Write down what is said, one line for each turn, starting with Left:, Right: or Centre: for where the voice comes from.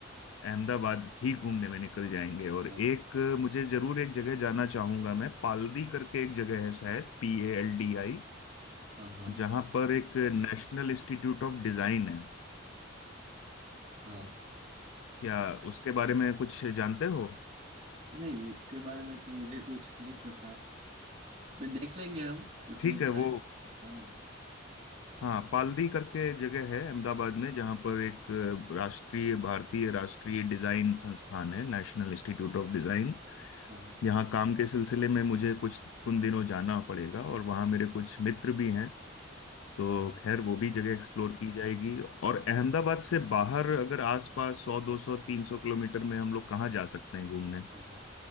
Left: अहमदाबाद ही घूमने में निकल जाएंगे और
Right: हाँ
Left: एक मुझे जरूर एक जगह जाना चाहूंगा मैं पालदी करके एक जगह है शायद पी ए एल डी आई
Right: हाँ हाँ
Left: जहाँ पर एक नेशनल इंस्टीट्यूट ऑफ डिजाइन है
Right: हाँ
Left: क्या उसके बारे में कुछ जानते हो
Right: नहीं उसके बारे में तो मुझे कुछ नहीं पता पर देख लेंगे हम उसमें
Left: ठीक
Right: क्या
Left: है
Right: है
Left: वो
Right: हाँ
Left: हाँ पालड़ी करके जगह है अहमदाबाद में जहाँ पर एक अ, राष्ट्रीय भारतीय राष्ट्रीय डिजाइन संस्थान है नेशनल इंस्टीट्यूट ऑफ डिजाइन
Right: हाँ
Left: यहाँ काम के सिलसिले में मुझे कुछ कुछ दिनों जाना पड़ेगा और वहाँ मेरे कुछ मित्र भी हैं तो
Right: हाँ हाँ
Left: खैर वो भी जगह एक्सप्लोर की जाएगी और अहमदाबाद से बाहर अगर आसपास सौ दो सौ तीन सौ किलोमीटर में हम लोग कहाँ जा सकते हैं घूमने
Right: हाँ हाँ।